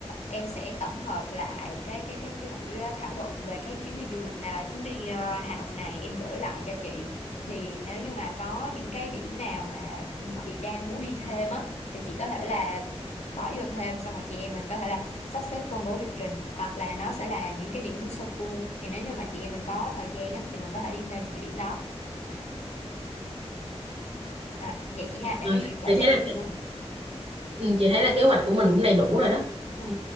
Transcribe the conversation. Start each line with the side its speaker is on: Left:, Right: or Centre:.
Left: em sẽ tổng hợp lại cái cái cái cái buổi à, thảo luận về cái chuyến đi du lịch là chuyến đi à, Hà Nội này em gửi lại cho chị thì nếu như mà có những cái điểm nào mà chị đang muốn đi thêm á thì chị có thể là bỏ vô thêm xong rồi chị em mình có thể là sắp xếp công bố lịch trình hoặc là nó sẽ là những cái điểm sơ cua thì nếu như mà chị em mình có thời gian á thì mình có thể đi thêm những cái điểm đó à, vậy chị ha để có gì em
Right: chị
Left: gửi
Right: thấy
Left: cho
Right: là
Left: chị luôn
Right: ừ, chị thấy là kế hoạch của mình cũng đầy đủ rồi đó
Left: ừ.
Right: Ừ.